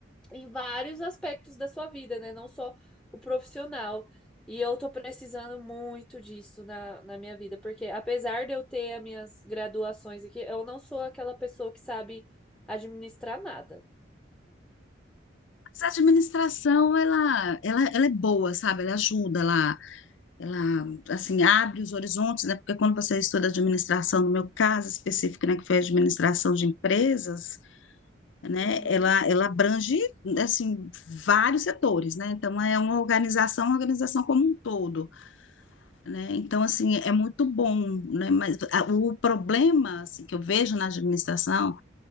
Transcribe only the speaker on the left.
Mas A administração, ela, ela, ela é boa, sabe? Ela ajuda lá ela assim abre os horizontes, né? Porque quando você estuda administração, no meu caso específico, né, que foi a administração de empresas, né,
ela ela abrange assim vários setores, né? Então é uma organização, uma organização como um todo, né? Então assim é muito bom, né? Mas a- o problema assim, que eu vejo na administração